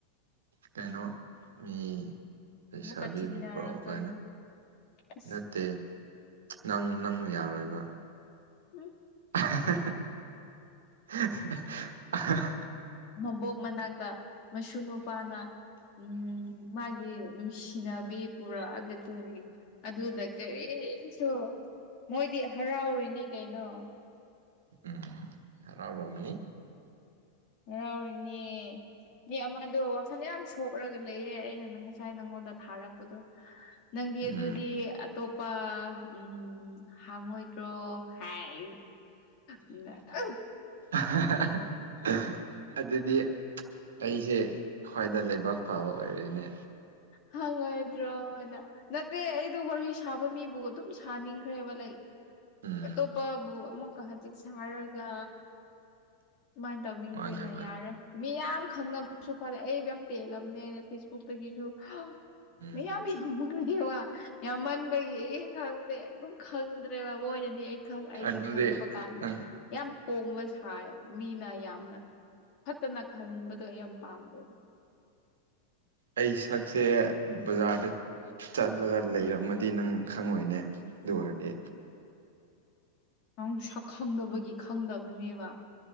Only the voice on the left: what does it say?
ꯑꯃꯨꯛꯀ ꯆꯤꯡꯅꯔꯛꯇꯣꯏꯅꯣ
ꯏꯁ
ꯎꯝ
ꯃꯕꯣꯛ ꯃꯅꯥꯛꯇ ꯃꯁꯨ ꯅꯨꯄꯥꯅ ꯎꯝ ꯃꯥꯒꯤ ꯅꯨꯡꯁꯤꯅꯕꯤ ꯄꯨꯔꯛꯑꯒ ꯀꯔꯤ ꯑꯗꯨꯗ ꯀꯔꯤ ꯁꯨ ꯃꯣꯏꯗꯤ ꯍꯔꯥꯎꯔꯤꯅꯤ ꯀꯩꯅꯣ
ꯍꯔꯥꯎꯔꯤꯅꯦ ꯒꯤ ꯑꯃꯗꯣ ꯋꯥꯈꯜꯗꯣ ꯌꯥꯝ ꯁꯣꯛꯂꯒ ꯂꯩꯌꯦ ꯑꯩꯅ ꯅꯪ ꯉꯁꯥꯏ ꯅꯪꯉꯣꯟꯗ ꯊꯥꯔꯛꯄꯗꯣ ꯅꯪ ꯗꯤ
ꯑꯗꯨꯗꯤ ꯑꯇꯣꯞꯄ ꯎꯝ ꯍꯥꯡꯉꯣꯏꯗ꯭ꯔꯣ ꯍꯥꯏ <unintelligible>
ꯍꯪꯉꯣꯏꯗ꯭ꯔꯣꯅ ꯅꯠꯇꯦ ꯑꯩꯗꯣ ꯋꯥꯔꯤ ꯁꯥꯕ ꯃꯤꯕꯨ ꯑꯗꯨꯝ ꯁꯥꯅꯤꯡꯈ꯭ꯔꯦꯕ ꯂꯩ
ꯑꯇꯣꯞꯄꯕꯨ ꯑꯃꯨꯛꯀ ꯍꯖꯤꯛ ꯁꯥꯔꯒ ꯃꯥꯏ ꯇꯧꯅꯤꯡꯗ꯭ꯔꯦꯅ
ꯌꯥꯔꯦ ꯃꯤꯌꯥꯝ ꯈꯪꯅꯕꯁꯨ ꯐꯔꯦ ꯑꯩ ꯌꯥꯝ ꯄꯦꯜꯂꯕꯅꯦ ꯐꯦꯁꯕꯨꯛꯇꯒꯤꯁꯨ
ꯃꯤ ꯌꯥꯝ ꯌꯥꯝꯃꯛꯈꯦꯕ ꯌꯥꯝꯃꯟꯕꯒꯤ ꯈꯪꯗꯦ ꯒꯨꯝ ꯈꯪꯗ꯭ꯔꯦꯕ ꯃꯣꯏꯅꯗꯤ ꯑꯩ ꯈꯛ ꯑꯩꯗ
ꯈꯪꯗꯕ ꯀꯥꯟꯗ
ꯌꯥꯝ ꯄꯣꯝꯕ ꯁꯥ ꯃꯤꯅ ꯌꯥꯝꯅ ꯐꯠꯇꯅ ꯈꯟꯕꯗꯣ ꯑꯩ ꯌꯥꯝ ꯄꯥꯝꯗꯦꯕ
ꯅꯪ ꯁꯛ ꯈꯪꯗꯕꯒꯤ ꯈꯪꯗꯕꯅꯦꯕ